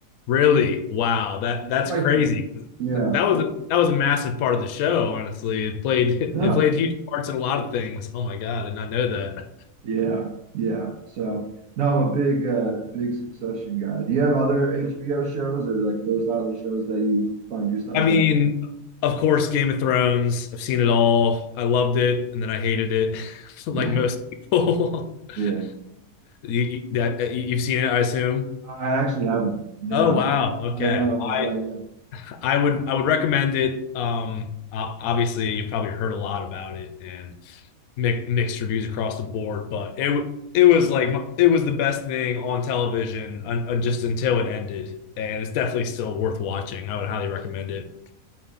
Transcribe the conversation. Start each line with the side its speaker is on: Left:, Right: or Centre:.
Left: Really? Wow. That
Right: Yeah,
Left: that's
Right: that's what
Left: crazy.
Right: I heard. Yeah,
Left: That was a, that was a massive part of the show, honestly. It played
Right: I
Left: <laughs>
Right: know.
Left: it played huge parts in a lot of things. Oh my God, I did not know that.
Right: Yeah, yeah. So no, I'm a big, uh, big Succession guy. Do you have other HBO shows or like those type of shows that you find yourself
Left: I mean,
Right: like?
Left: of course, Game of Thrones. I've seen it all. I loved it, and then I hated it, <laughs> like
Right: Yeah,
Left: most people. <laughs>
Right: yeah.
Left: You, you, that, uh, you- you've seen it, I assume.
Right: I actually haven't. No,
Left: Oh wow.
Right: I
Left: Okay.
Right: know,
Left: Well, I
Right: I know. Yeah,
Left: I would I would recommend it. Um, o- obviously, you've probably heard a lot about it, and mixed reviews across the board, but it it was like it was the best thing on television un- un- just until it ended, and it's definitely still worth watching. I would highly recommend it.